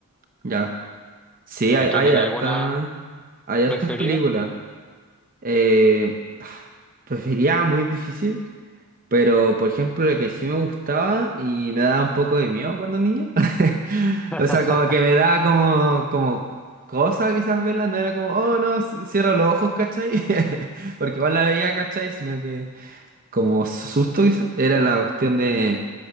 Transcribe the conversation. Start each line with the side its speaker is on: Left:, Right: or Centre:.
Right: Ya. Sí, hay,
Centre: ¿Y tú
Right: hay
Centre: tenías
Right: harta-
Centre: alguna
Right: Hay
Centre: preferida?
Right: hartas películas. Eh, <sighs> prefería muy difícil, pero por ejemplo, lo que sí me gustaba y me daba un poco de miedo cuando niño. <laughs>
Centre: <laughs>
Right: O sea, como que me daba como, como cosa quizás verla, no era como, oh no, c- cierro los ojos, ¿cachai? <laughs> Porque igual la veía, ¿cachai? Sino que como susto quizás, era la cuestión de.